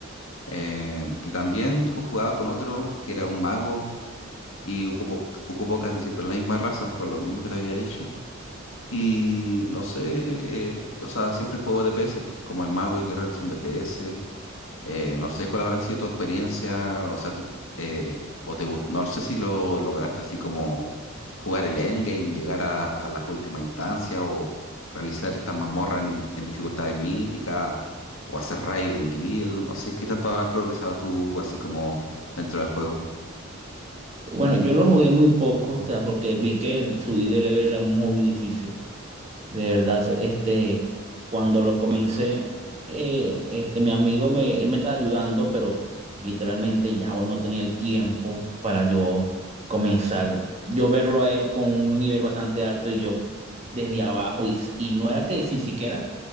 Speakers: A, on the left; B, on the right.
A: Eh, y también yo jugaba con otro que era un mago y ocupó ocupó casi siempre la misma raza, por lo mismo que te había dicho. Y no sé, eh, o sea, siempre juego DPS, como el mago y guerrero son DPS. Eh, no sé cuál habrá sido tu experiencia, o sea, tú, eh, o te, gu- no sé si lo lograste así como jugar el endgame, llegar a, a las últimas instancias o realizar estas mazmorras en, en dificultades míticas o hacer raid en guild, no sé qué tanto habrás progresado tú así como dentro del juego.
B: Bueno, yo lo jugué muy poco, o sea, porque vi que subir de level era muy difícil. De verdad, este, cuando lo comencé, eh, este, mi amigo me, él me estaba ayudando, pero literalmente ya bueno, no tenía el tiempo para yo comenzar. Yo verlo a él con un nivel bastante alto y yo desde abajo, y, y no era que si siquiera